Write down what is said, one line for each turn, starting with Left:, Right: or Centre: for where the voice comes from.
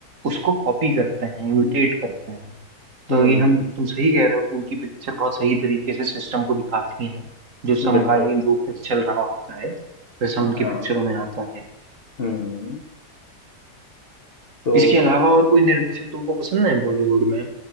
Right: उसको कॉपी करते हैं इमिटेट करते हैं तो
Left: हम्म,
Right: ये हम तुम सही कह रहे हो कि उनकी पिक्चर बहुत सही तरीके से सिस्टम को दिखाती है जो समकालीन
Left: बिल्कुल
Right: रूप में चल रहा होता है वैसा उनकी
Left: हाँ
Right: पिक्चरों में आता है
Left: हम्म तो
Right: इसके अलावा और कोई निर्देशक तुमको पसंद है बॉलीवुड में